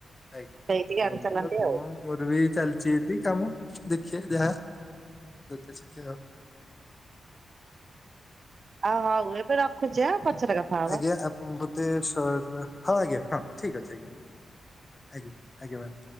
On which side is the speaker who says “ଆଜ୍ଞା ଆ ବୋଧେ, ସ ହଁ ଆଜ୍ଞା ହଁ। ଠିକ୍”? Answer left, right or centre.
Left